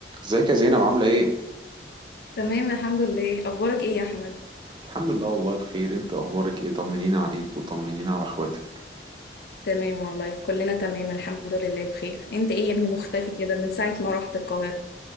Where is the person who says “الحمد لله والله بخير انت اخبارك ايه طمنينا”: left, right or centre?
Right